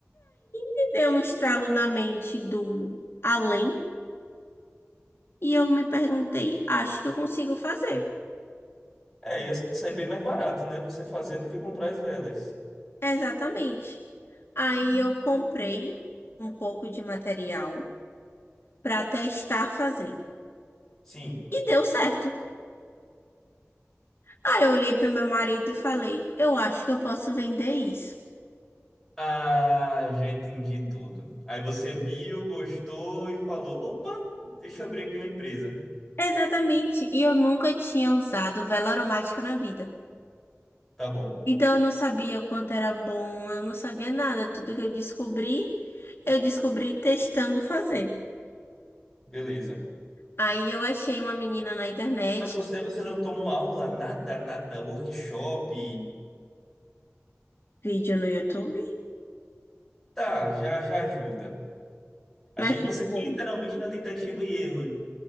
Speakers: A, on the left; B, in the centre.
A: Me deu um estralo na mente do além. E eu me perguntei, acho que eu consigo fazer.
B: É, ia sair bem mais barato, né? Você fazer do que comprar as velas.
A: Exatamente. Aí eu comprei um pouco de material para testar fazer.
B: Sim.
A: E deu certo. Aí eu olhei para o meu marido e falei, eu acho que eu posso vender isso.
B: Ah, já entendi tudo. Aí você viu, gostou e falou: opa, deixa eu abrir aqui uma empresa.
A: Exatamente. E eu nunca tinha usado vela aromática na vida.
B: Tá bom,
A: Então eu não sabia o quanto era bom, eu não sabia nada. Tudo que eu descobri, eu descobri testando fazer.
B: beleza.
A: Aí eu achei uma menina na internet,
B: Mas você, você não tomou aula, nada, nada, workshop.
A: vídeo no YouTube.
B: Tá, já, já ajuda. Achei
A: Mas,
B: que
A: tipo,
B: você foi literalmente na tentativa e erro.